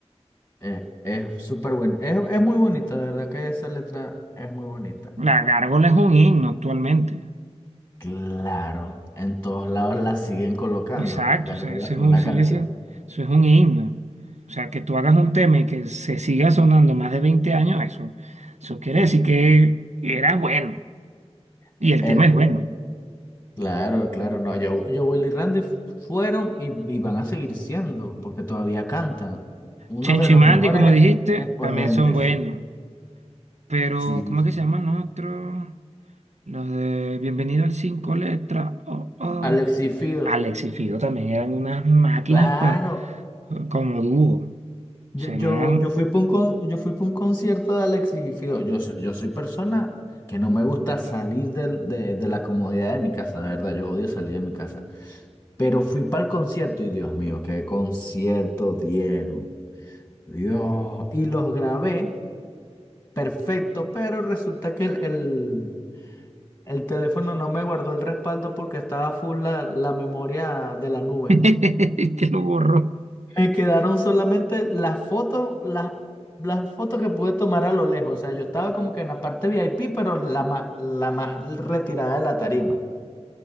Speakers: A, on the left (about 15°); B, on the right (about 85°).
A: Eh, es súper buena. Es, es muy bonita, de verdad que esa letra es muy bonita.
B: La Gárgola es un himno actualmente.
A: Claro, en todos lados la siguen colocando.
B: Exacto,
A: Gárgola
B: o sea, eso
A: fue
B: es un,
A: una
B: sigue
A: canción.
B: siendo- eso es un himno. O sea, que tú hagas un tema y que se siga sonando más de 20 años, eso, eso quiere
A: Eh,
B: decir que era bueno. Y
A: eh,
B: el tema es bueno.
A: mm, claro, claro, no. Yo, yo, Willy y Randy fueron y, y van a seguir siendo, porque todavía cantan. Uno
B: Chencho
A: de los
B: y Mandy,
A: mejores
B: como dijiste,
A: exponentes,
B: también son buenos.
A: sí.
B: Pero,
A: Sí.
B: ¿cómo
A: sí.
B: es que se llaman los otros? Los de Bienvenido al Cinco Letras. Oh, oh.
A: Alexis Fido,
B: Alex y Fido también eran unas máquinas
A: claro.
B: pa- como dúo. O
A: Yo,
B: sea,
A: yo,
B: eran...
A: yo fui para un, con- yo fui pa un concierto de Alexis Fido. Yo, so- yo soy persona que no me gusta salir del- de, de la comodidad de mi casa, de verdad. Yo odio salir de mi casa. Pero fui para el concierto y Dios mío, qué concierto dieron. Dios. Y los grabé, perfecto, pero resulta que el, el- el teléfono no me guardó el respaldo porque estaba full la, la memoria de la nube.
B: <laughs> Te lo borró.
A: Me quedaron solamente las fotos, las, las fotos que pude tomar a lo lejos. O sea, yo estaba como que en la parte VIP, pero la más, la más retirada de la tarima.